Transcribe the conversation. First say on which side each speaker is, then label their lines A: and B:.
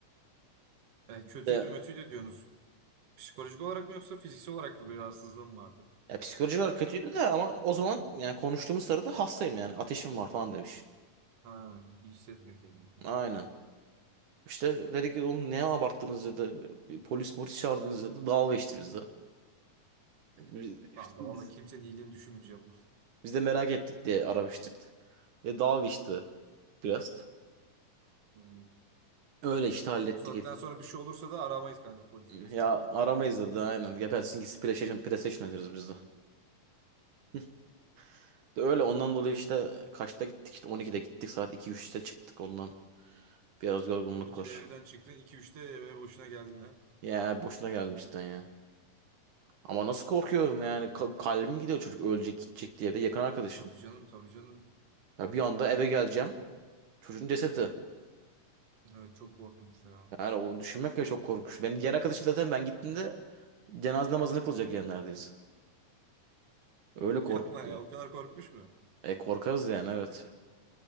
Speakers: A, on the right; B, on the right.
A: E, kötüydü,
B: De,
A: mötüydü diyorsunuz. Psikolojik olarak mı yoksa fiziksel olarak mı bir rahatsızlığım vardı?
B: Ya psikolojikler kötüydü de ama o zaman yani konuştuğumuz sırada hastayım yani ateşim var falan demiş.
A: Ha, iyi hissetmiyor kendini.
B: Aynen. İşte dedi ki oğlum ne abarttınız dedi. Bir Polis polis çağırdınız dedi. Dalga geçti bizde. Biz, işte
A: Kanka
B: biz,
A: valla kimsenin iyiliğini düşünmeyeceğim. <laughs>
B: biz de merak ettik diye aramıştık. E, dalga geçti biraz.
A: Hmm. Bu
B: Öyle işte hallettik.
A: saatten
B: et-
A: sonra bir şey olursa da aramayız kanka polisi deseydin.
B: Ya aramayız dedi aynen. Gebersin gitsin PlayStation, PlayStation oynarız biz de. <laughs> De öyle ondan dolayı işte kaçta gittik işte 12'de gittik saat 2-3'te çıktık ondan. Biraz
A: Ya
B: yorgunluk
A: 12'de
B: var.
A: evden çıktın, 2-3'te eve boşuna geldin ha.
B: Ya boşuna geldim cidden ya. Ama nasıl korkuyorum yani. Ka- kalbim gidiyor çocuk ölecek gidecek diye. Bir de yakın arkadaşım.
A: E tabii canım, tabii canım.
B: Ya bir anda eve geleceğim. Çocuğun cesedi.
A: Evet çok korkunç ya.
B: Yani onu düşünmek bile çok korkunç. Benim diğer arkadaşım zaten ben gittiğimde cenaze namazını kılacak yani neredeyse. Öyle korkuttu.
A: Yapma ya o kadar korkmuş mu?
B: E korkarız yani evet.